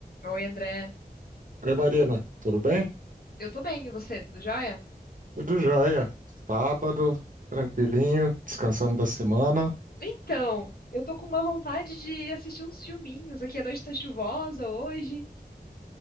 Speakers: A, on the left (about 65°); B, on the right (about 55°).
A: Oi, André.
B: Oi, Marina, tudo bem?
A: Eu tô bem, e você? Tudo jóia?
B: Tudo jóia. Sábado, tranquilinho, descansando da semana.
A: Então, eu tô com uma vontade de assistir uns filminhos. Aqui a noite tá chuvosa hoje.